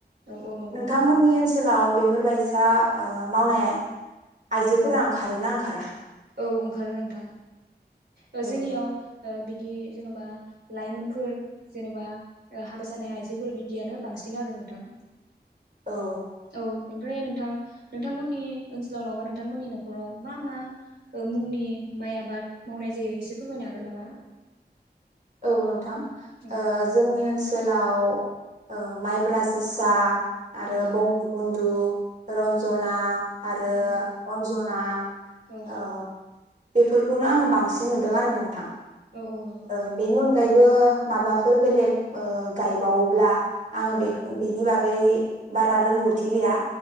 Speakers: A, on the right; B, on the right.
A: औ औ नंगौ
B: नोंथांमोननि
A: नोंथां नंगौ
B: ओनसोलाव बेफोर बायसा ओ मावनाय आइजोफोरा
A: औ
B: ओंखारोना ओंखारा
A: औ ओंखारो नोंथां। ओ
B: औ
A: जोंनियाव ओ बि बिदि जेनबा लाइमोनफोर जेनबा हाबा जानाय आइजोफोर बिबदियानो बांसिन आरो नोंथां।
B: औ
A: औ ओमफ्राय नोंथां नोंथांमोननि ओनसोलाव नङाबा नों नोंथांमोननि नखराव मा मा मुंनि माइ आबाद मावनाय जायो एसे फोरमायनो हागोन नामा?
B: औ नोंथां
A: औ
B: ओ जोंनि ओनसो सोलाव ओ माइब्रा जोसा आरो
A: औ
B: बंग बन्धु रन्जना आरो
A: औ
B: अन्ज ना
A: औ
B: अ बेफोरखौनो आङो बांसिन नुदों आरो नोंथां।
A: औ औ नंगौ
B: ओ
A: नोंथां
B: बेनि अनगायैबो माबाफोर बेलेग ओ गायबावोब्ला आंङो
A: औ
B: बेखौ बेनि बागै गै बारा रोंगौथि गैया।